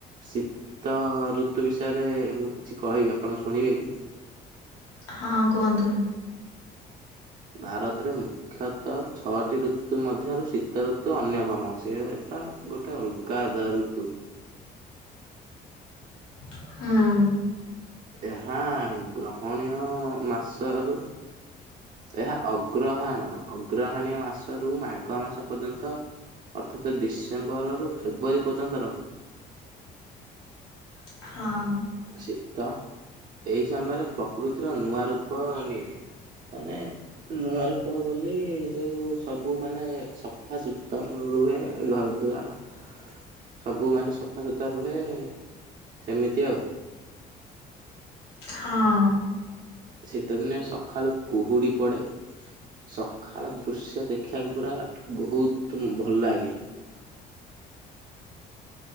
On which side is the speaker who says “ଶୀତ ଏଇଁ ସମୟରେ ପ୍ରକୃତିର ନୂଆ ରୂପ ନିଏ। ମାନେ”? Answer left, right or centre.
Right